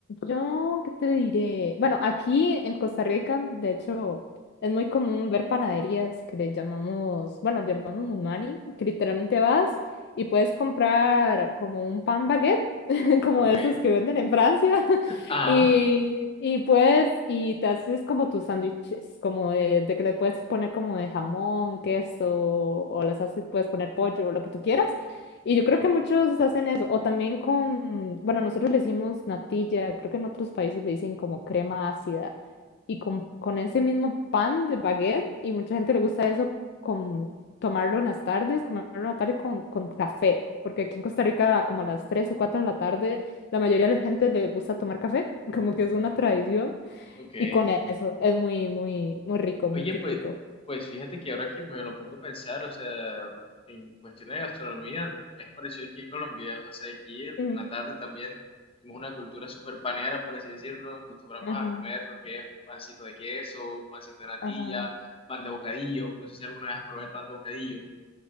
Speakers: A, on the left; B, on the left.
A: yo qué te diré. Bueno, aquí en Costa Rica, de hecho, es muy común ver panaderías que le llamamos, bueno, le llamamos munani, que literalmente vas y puedes comprar como un pan baguette, <laughs> como
B: Ok.
A: esos que venden en Francia, <laughs>
B: Ah,
A: y, y puedes, y te haces como tus sándwiches, como de, de que le puedes poner como de jamón, queso, o les haces, puedes poner pollo, o lo que tú quieras. Y yo creo que muchos hacen eso, o también con, bueno, nosotros le decimos natilla, creo que en otros países le dicen como crema ácida, y con, con ese mismo pan de baguette, y mucha gente le gusta eso, con tomarlo en las tardes, comerlo en la tarde con, con café, porque aquí en Costa Rica como a las 3 o 4 de la tarde, la mayoría de la gente le gusta tomar café, <laughs> como que es una tradición,
B: ok.
A: y con eso es muy, muy, muy rico, muy
B: Oye,
A: típico.
B: pues, pues fíjate que ahora que me lo pongo a pensar, o sea, en cuestiones de gastronomía, es parecido aquí en Colombia, o sea, aquí en
A: Mm,
B: la tarde también tenemos una cultura súper panera, por así decirlo, acostumbramos
A: Ajá,
B: a comer lo que es un pancito de queso, un pancito de natilla,
A: ajá.
B: pan de bocadillo, no sé si alguna vez has probado el pan de bocadillo.